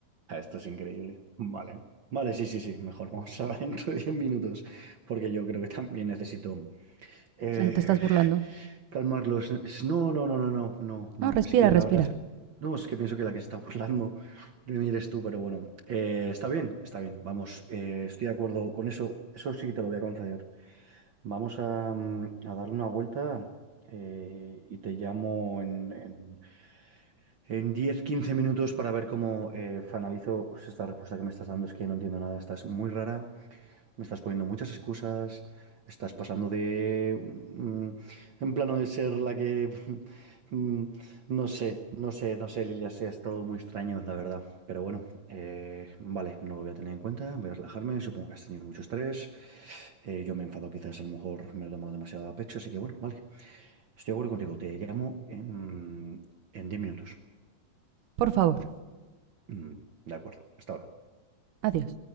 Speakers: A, on the right; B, on the right.
A: Ah, Esto es increíble. Vale. Vale, sí, sí, sí, mejor. <laughs> Vamos a hablar <laughs> dentro de 10 minutos, porque yo creo que también necesito... eh,
B: ¿Te estás burlando?
A: Calmarlos. Es- No, no, no, no, no, no, no.
B: No, respira,
A: Es que la
B: respira.
A: verdad es... No, es que pienso que la que se está <laughs> burlando de mí eres tú, pero bueno. Eh, está bien, está bien. Vamos, eh, estoy de acuerdo con eso. Eso sí que te lo voy a conceder. Vamos a, mm, a darle una vuelta eh, y te llamo en, en, en 10, 15 minutos para ver cómo eh, finalizo pues, esta respuesta que me estás dando. Es que no entiendo nada. Estás muy rara. Me estás poniendo muchas excusas, estás pasando de mm, en plano de ser la que <laughs> mm, no sé, no sé, no sé, Lilia, sí, es todo muy extraño, la verdad. Pero bueno, eh, vale, no lo voy a tener en cuenta, voy a relajarme, supongo que has tenido mucho estrés, eh, yo me he enfadado quizás, a lo mejor me lo he tomado demasiado a pecho, así que bueno, vale, estoy de acuerdo contigo, te llamo en, en 10 minutos.
B: Por favor.
A: Mm, de acuerdo, hasta ahora.
B: Adiós.